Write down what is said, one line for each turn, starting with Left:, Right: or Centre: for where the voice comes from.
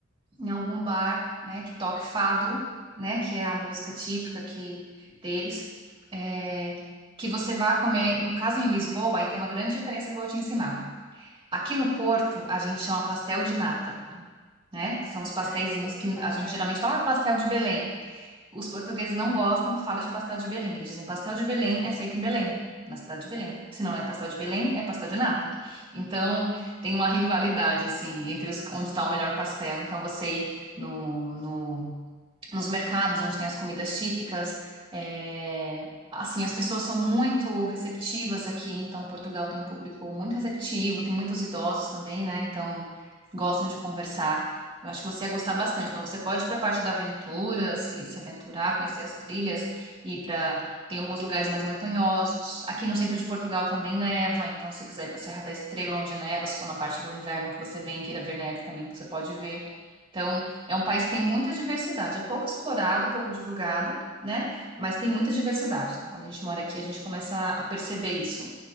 Right: em algum bar, né, que toque fado, né, que é a música típica que deles, é, que você vá comer, no caso em Lisboa, aí tem uma grande diferença que eu vou te ensinar. Aqui no Porto, a gente chama pastel de nata, né, que são os pastéisinhos
Centre: Ah, eu já ouvi
Right: que a
Centre: falar.
Right: gente geralmente fala, ah, pastel de Belém. Os portugueses não gostam que fala de pastel de Belém. Eles dizem pastel de Belém é feito em Belém, na cidade de Belém. Se não é pastel de Belém, é pastel de nata. Então, tem uma rivalidade, assim, entre os, onde está o melhor pastel. Então, você ir no, no nos mercados onde tem as comidas típicas. É, assim, as pessoas são muito receptivas aqui, então Portugal tem um público muito receptivo, tem muitos idosos também, né? Então gostam de conversar. Eu acho que você ia gostar bastante. Então você pode ir para a parte da aventura, se, se aventurar, conhecer as trilhas e para tem alguns lugares mais montanhosos. Aqui no centro de Portugal também neva, então se quiser ir para a Serra da Estrela onde neva, se for na parte do inverno que você vem e queira ver neve também, você pode ver. Então é um país que tem muita diversidade, é pouco explorado, pouco divulgado, né? Mas tem muita diversidade. Então, quando a gente mora aqui, a gente começa a perceber isso.